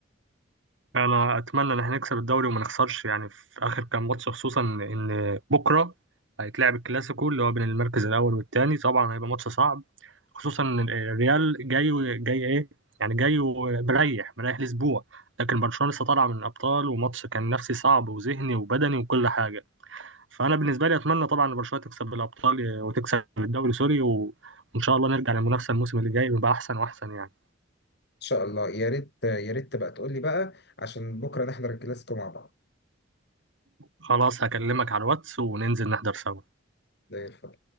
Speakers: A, on the right; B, on the left.
A: انا اتمنى ان احنا نكسب الدوري وما نخسرش يعني في اخر كام ماتش خصوصا ان بكره هيتلعب الكلاسيكو اللي هو بين المركز الاول والثاني طبعا هيبقى ماتش صعب خصوصا إن الريال جاي جاي ايه يعني جاي ومريح مريح لاسبوع لكن برشلونة لسه طالعة من الابطال وماتش كان نفسي صعب وذهني وبدني وكل حاجة فانا بالنسبة لي اتمنى طبعا إن برشلونة تكسب الابطال وتكسب الدوري سوري و... وان شاء الله نرجع للمنافسة الموسم اللي جاي ويبقى احسن واحسن يعني
B: ان شاء الله يا ريت يا ريت تبقى تقول لي بقى عشان بكره نحضر الكلاسيكو مع بعض
A: خلاص هكلمك على الواتس وننزل نحضر سوا
B: زي الفل